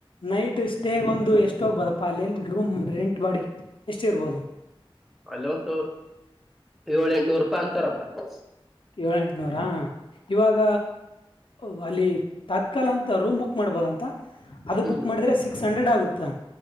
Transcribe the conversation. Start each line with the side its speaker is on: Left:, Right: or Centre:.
Left: ನೈಟ್ ಸ್ಟೇ ಗೊಂದು ಎಷ್ಟು ಹೋಗ್ಬೋದಪ್ಪ ಅಲ್ಲಿ ರೂಮ್ ರೆಂಟ್ ಬಾಡಗಿ ಎಷ್ಟುರ್ಬೋದು
Centre: ಅಲ್ಲ ಒಂದು ಏಳ ಎಂಟನೂರು ರೂಪಾಯಿ ಅಂತಾರಪ್ಪ ಹ
Left: ಏಳ ಎಂಟನೂರಾ ಇವಾಗ ಓ ಅಲ್ಲಿ ತಾತ್ಕಾಲ ಅಂತ ರೂಮ್ ಬುಕ್ ಮಾಡ್ಬೋದ ಅಂತ ಅದು
Centre: ಹ್ಮ್
Left: ಬುಕ್ ಮಾಡಿದ್ರೆ ಸಿಕ್ಸ್ ಹಂಡ್ರೆಡ್ ಆಗುತ್ತಾ?